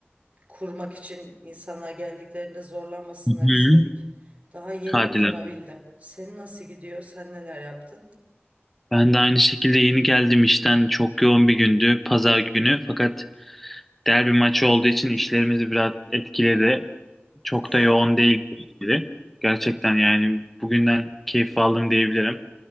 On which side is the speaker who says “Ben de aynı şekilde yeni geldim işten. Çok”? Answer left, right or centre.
Centre